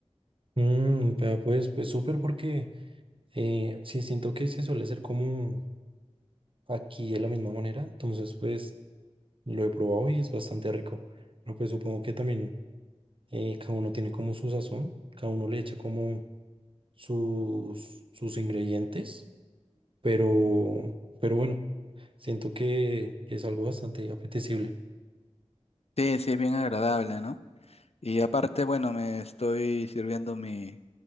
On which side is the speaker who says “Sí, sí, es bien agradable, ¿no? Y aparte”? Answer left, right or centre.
Left